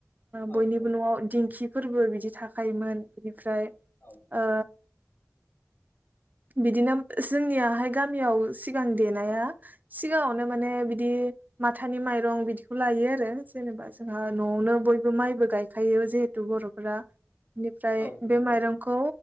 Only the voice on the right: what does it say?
बयनिबो
न'आव दिंखिफोरबो बिदि थाखायोमोन। ओमफ्राय
ओ बिदिनो जोंनियाहाय गामियाव सिगां देनाया सिगाङावनो माने बिदि माथानि माइरं बिदिखौ लायो आरो जेनेबा जोंहा न'आवनो बयबो माइबो गायखायो जिहेथु बर'फोरा बेनिफ्राय
बे
माइरंखौ